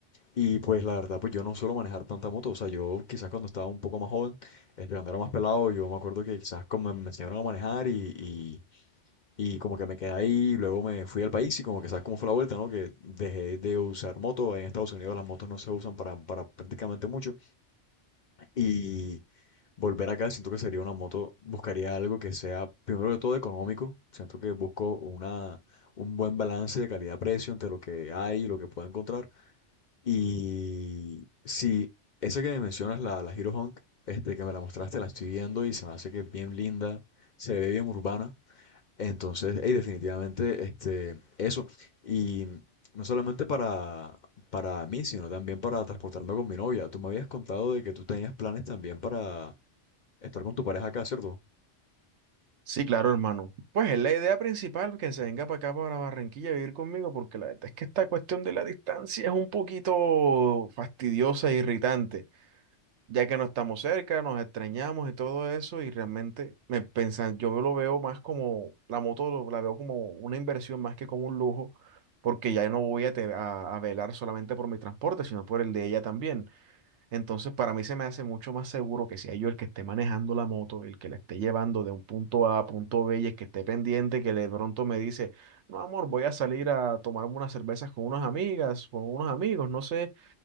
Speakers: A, on the left (about 50°); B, on the right (about 75°).
A: Y pues la verdad, pues yo no suelo manejar tanta moto. O sea, yo quizás cuando estaba un poco más joven, este, cuando era más pelado, yo me acuerdo que quizás como me me enseñaron a manejar y, y, y como que me quedé ahí, y luego me fui al país y como que sabes cómo fue la vuelta, ¿no? Que dejé de usar moto. En Estados Unidos las motos no se usan para, para prácticamente mucho. Y volver acá siento que sería una moto, buscaría algo que sea, primero que todo, económico. Siento que busco una, un buen balance de calidad-precio entre lo que hay y lo que puedo encontrar. Y sí, esa que me mencionas, la, la Hero Hunk, este, que me la mostraste, la estoy viendo y se me hace que es bien linda, se ve bien urbana. Entonces, hey, definitivamente, este, eso. Y no solamente para, para mí, sino también para transportarme con mi novia. Tú me habías contado de que tú tenías planes también para estar con tu pareja acá, ¿cierto?
B: Sí, claro, hermano. Pues es la idea principal que se venga para acá, para Barranquilla, a vivir conmigo, porque la verdad es que esta cuestión de la distancia es un poquito fastidiosa e irritante. ya que no estamos cerca, nos extrañamos y todo eso, y realmente me pensan, yo lo veo más como, la moto lo- la veo como una inversión más que como un lujo, porque ya no voy a, te- a, a velar solamente por mi transporte, sino por el de ella también. Entonces, para mí se me hace mucho más seguro que sea yo el que esté manejando la moto, el que la esté llevando de un punto A a punto B y el que esté pendiente, que de pronto me dice, no, amor, voy a salir a tomarme unas cervezas con unas amigas, con unos amigos, no sé